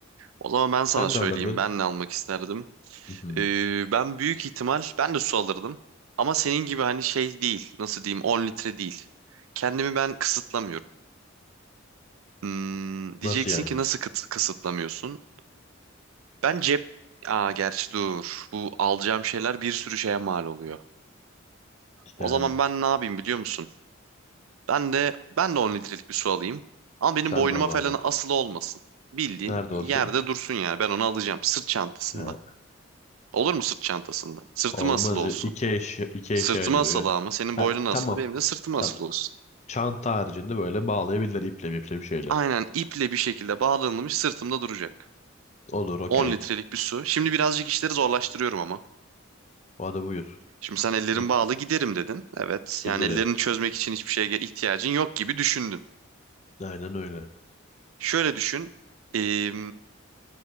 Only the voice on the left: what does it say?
Sen
ne alırdın?
Hı hı.
Nasıl yani?
Yani
sen
de onu
aldın.
Nerede
olsun?
He.
Olmaz.
İki eşya, iki
eşyaya duruyor
ya.
Ha,
tamam.
Tamam.
Çanta haricinde böyle bağlayabilirler iple miple bir şeyle.
Olur okey.
Hadi buyur.
Gi-
Giderim.
Aynen öyle.